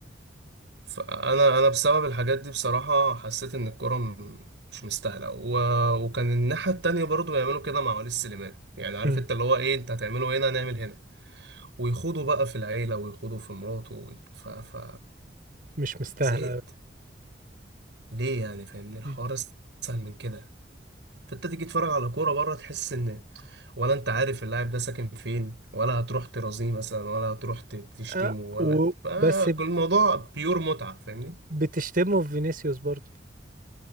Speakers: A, on the right; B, on the right.
A: فانا انا بسبب الحاجات دي بصراحه حسيت ان الكوره م- مش مستاهله و- وكان الناحيه التانية برضو بيعملوا كده مع وليد سليمان يعني عارف
B: مم،
A: انت اللي هو ايه انت هتعمله هنا هنعمل هنا ويخوضوا بقى في العيلة ويخوضوا في مراته و- ف... ف...
B: مش مستاهلة
A: زهقت
B: أوي.
A: ليه يعني فاهمني الحوار
B: مم.
A: اسهل من كده فانت تيجي تتفرج على كورة بره تحس ان ولا انت عارف اللاعب ده ساكن فين ولا هتروح ترازيه مثلا ولا هتروح ت- تشتمه
B: اه
A: ولا
B: وبس
A: بقى كل الموضوع بيور متعة فاهمني
B: بتشتمه في فينيسيوس برضو